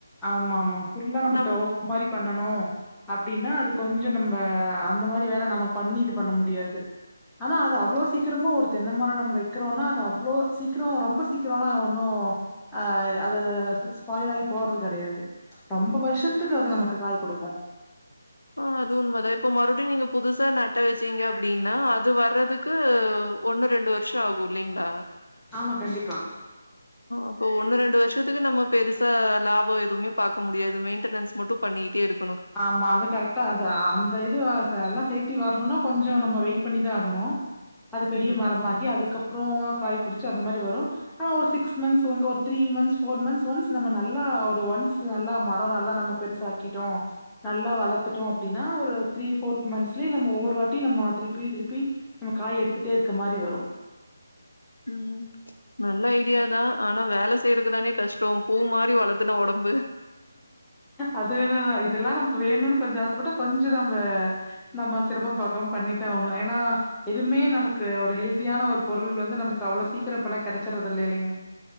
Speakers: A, in the centre; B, on the left.
A: ஆமா ஆமா ஃபுல்லா நம்ம
B: நம்
A: தோப் மாரி பண்ணனூ அப்டின்னா அது கொஞ்சோ நம் ப அந்த மாரி வேல நம பண்ணி இது பண்ண முடியாது ஆனா அது அவ்ளோ சீக்கிரமு ஒரு தென்ன மரோ நம் வைக்றோனா அது அவ்ளோ சீக்ரோ ரொம்ப சீக்ரோல்லா ஒன்னு ஆ அதத ஸ்பாய்லாய் போறது கடையாது ரொம்ப வர்ஷத்துக்கு அது நமக்கு காய் குடுக்கு
B: ஆ அது உண்மதா இப்போ மறுவ்டியு நீங்க புதுசா நட்ட வெச்சீங்க அப்டின்னா அது வர்றதுக்கு ஒண்ணு ரெண்டு வர் ஷொ ஆகு இல்லேங்ளா
A: ஆமா, கண்டிப்பா.
B: அப்போ ஒன்னு ரெண்டு வர் ஷத்துக்கு நம்ம பெருசா லாபோ எதுமே பாக்க முடியாது மெய்ன்டனன்ஸ் மட்டு பண்ணியிட்டே இருக்
A: ஆமா அது கரெக் ட்டா அத அ அந்த இது ஆ எல்லா சேத்தி வர்ணுனா கொஞ்சோ நம்ம வெயிட் பண்ணிதா ஆகணு அது பெரிய
B: ம்.
A: மரமாகி அதுக்கப் ப்றோ காய் புடிச்சி அந்த மாரி வரு ஆனா ஒரு சிக்ஸ் மன்த்ஸ் வந்து ஒரு three months four months once நம்ம நல்லா ஒரு ஒன்ஸ் நல்லா மரோ நல்லா நம்ம பெருசாக்கிட்டோ நல்லா வளத்துட்டோ அப்டீனா ஒரு த்ரீ ஃபோர்த் மன்த்ஸ்லே நம்ம ஒவ்வொரு வாட்டி நம்மொ திருப்பி திருப்பி நம்ம காய் எடுத்துட்டே இருக்க மாரி வரு
B: ம் நல்ல ஐடியாதா ஆனா வேல செய்றக்குதானே கஷ்டோ பூ மாரி வளத்துன ஒடம்பு
A: அது வேணாத இதெல்லா நமக் வேணூனு கொஞ்சோ ஆசப்பட்டா கொஞ்சொ நம்ப நம்ம சிரமம் பாக்காம் பண்ணித்தா ஆவ்ணு ஏனா எதுமே நமக்கு ஒரு ஹெல்தியான ஒரு பொருள் வந்து நமக்கு அவ்ளோ சீக்ரோ இப்பல்லா கெடச்சிர்றதில்லே இல்லேங்க